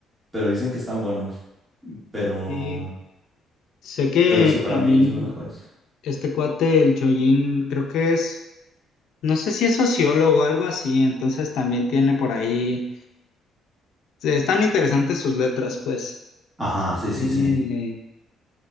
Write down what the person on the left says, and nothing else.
Y sé que
también
este cuate, el Chollín, creo que es, no sé si es sociólogo o algo así, entonces también tiene por ahí, están interesantes sus letras, pues.
Sí,
Tiene